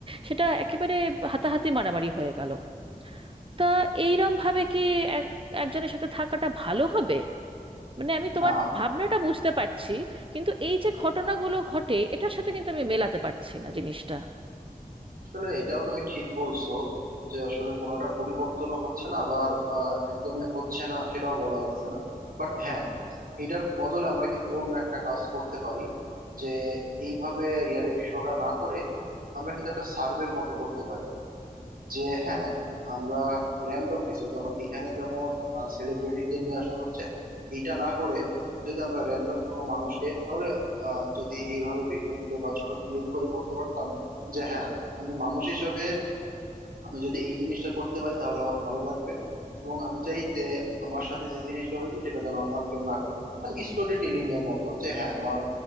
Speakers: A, on the right; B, on the right.
A: সেটা একেবারে হাতাহাতি মারামারি হয়ে গেল তা এইরম ভাবে কি এক একজনের সাথে থাকাটা ভালো হবে মানে আমি তোমার
B: না
A: ভাবনাটা বুঝতে পারছি কিন্তু এই যে ঘটনাগুলো ঘটে এটার সাথে কিন্তু আমি মেলাতে পারছি না জিনিসটা
B: আসলে এটাও তুমি ঠিক বলছো যে আসলে কোনোটা পরিবর্তনও হচ্ছে না আবার আহ, একদমই হচ্ছে না সেটাও বলা যাচ্ছে না বাট হ্যাঁ এটার বদলে আমরা কিন্তু অন্য একটা কাজ করতে পারি যে এইভাবে রিয়েলিটি শোটা না করে আমরা কিন্তু একটা সার্ভের মতো করতে পারি যে হ্যাঁ আমরা র্যান্ডম কিছু যেমন এখানে যেমন সেলিব্রিটিদের নিয়ে আসা হচ্ছে এটা না করে যদি আমরা র্যান্ডম কোনো মানুষকে তাহলে আহ, যদি এইভাবে ভিডিও ভিডিও বা ছোট ক্লিপ করে করতে পারতাম যে হ্যাঁ আমি মানুষ হিসেবে আমি যদি এই জিনিসটা করতে পারি তাহলে আমার ভালো লাগবে এবং আমি চাই যে আমার সাথে যে জিনিসটা হয়েছে সেটা যেন আর কেউ না করে মানে স্টোরি টেলিং এর মতো যে হ্যাঁ আমার